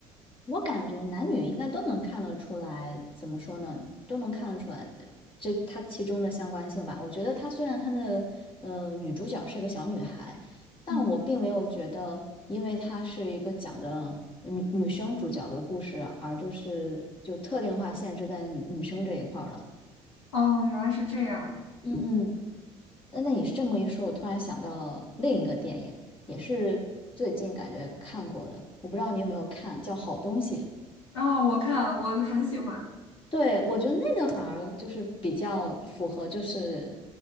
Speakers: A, on the left; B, on the left.
A: 我感觉男女应该都能看得出来，怎么说呢，都能看得出来呃这它其中的相关性吧。我觉得她虽然她的呃女主角是个小女孩，但我并没有觉得，
B: 嗯。
A: 因为她是一个讲的呃女女生主角的故事啊，而就是就特定化限制在女女生这一块儿了。
B: 哦，原来是这样。
A: 嗯嗯，那那你是这么一说，我突然想到了另一个电影，也是最近感觉看过的，我不知道你有没有看，叫《好东西》。
B: 然后我看了我很喜欢
A: 对，我觉得那个反而就是比较符合，就是